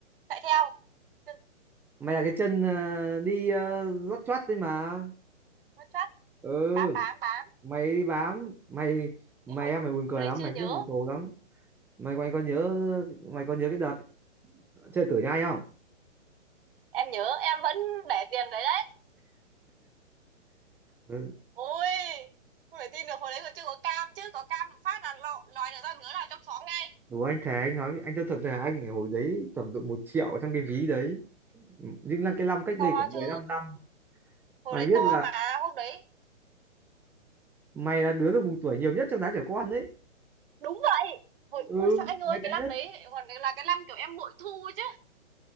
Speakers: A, on the right; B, in the centre.
A: chạy theo Chân
B: mày là cái chân ờ, đi uh, lót choát đấy mà
A: nó chắc
B: ừ
A: bám bám bám
B: mày đi bám mày mày
A: chứ hồi
B: em mày buồn cười
A: hồi đấy
B: lắm
A: chưa
B: mày
A: nhớ
B: tiếc mày tù lắm mày mày có nhớ mày có nhớ cái đợt chơi tử nhai không
A: em nhớ em vẫn để tiền đấy đấy
B: Ừ,
A: ôi không thể tin được hồi đấy còn chưa có cam chứ có cam một phát là lọ lòi được ra nửa lòi trong xóm ngay
B: Đúng anh Thế anh nói anh tôi thật là anh hồi đấy tầm độ một triệu trong cái ví đấy nhưng là cái năm cách đây
A: to
B: khoảng 15
A: chứ
B: năm
A: hồi
B: mày
A: đấy
B: biết
A: to
B: là
A: mà hôm đấy
B: mày là đứa được mùng tuổi nhiều nhất trong đám trẻ con đấy
A: đúng vậy hồi
B: ừ
A: ôi sao anh ơi
B: mày bé
A: cái lăn
B: nhất
A: đấy còn cái là cái lăn kiểu em bội thu chứ